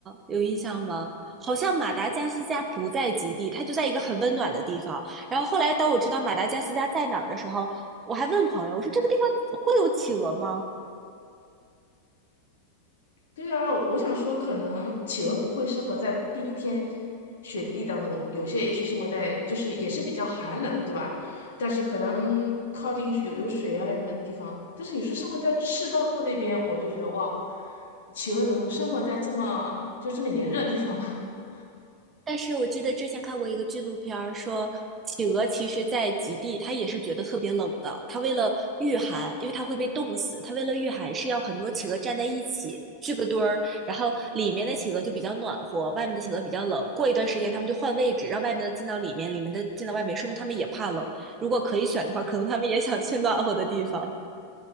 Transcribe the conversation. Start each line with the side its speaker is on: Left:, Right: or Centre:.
Right: 有印象吗？好像马达加斯加不在极地，它就在一个很温暖的地方。然后后来当我知道马达加斯加在哪儿的时候，我还问朋友，我说这个地方会有企鹅吗？
Left: 对啊，我我想说，可能企鹅不会生活在冰天雪地当中，有些也许生活在就是也是比较寒冷，对吧？但是可能靠近有有水啊什么地方。但是你说生活在赤道那边，我就觉得哇，企鹅能生活在这么就这么炎热的地方吗？<laughs>
Right: 但是我记得之前看过一个纪录片儿，说企鹅其实在极地，它也是觉得特别冷的。它为了御寒，因为它会被冻死，它为了御寒是要很多企鹅站在一起聚个堆儿，然后里面的企鹅就比较暖和，外面的企鹅比较冷。过一段时间，它们就换位置，让外面的进到里面，里面的进到外面，说明它们也怕冷。如果可以选的话，可能它们也想去暖和的地方，